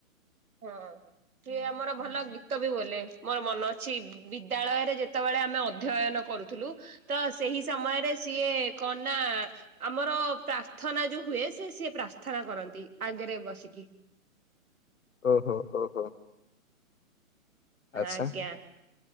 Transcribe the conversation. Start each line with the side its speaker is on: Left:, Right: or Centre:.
Right: ହଁ ସିଏ ଆମର ଭଲ ଗୀତ ବି ବୋଲେ ମୋର ମନ ଅଛି ବିଦ୍ୟାଳୟରେ ଯେ ଯେତେବେଳେ ଆମେ ଅଧ୍ୟୟନ କରୁଥିଲୁ, ତ ସେହି ସମୟରେ ସିଏ କଣ ନା ଆମର ତ ପ୍ରାର୍ଥନା ଯୋଉ ହୁଏ ସେ ସିଏ ପ୍ରାର୍ଥନା କରନ୍ତି ଆଗରେ ବସିକି।
Left: ଓହୋ ଓହୋ। ଆଚ୍ଛା।
Right: ଆଜ୍ଞା।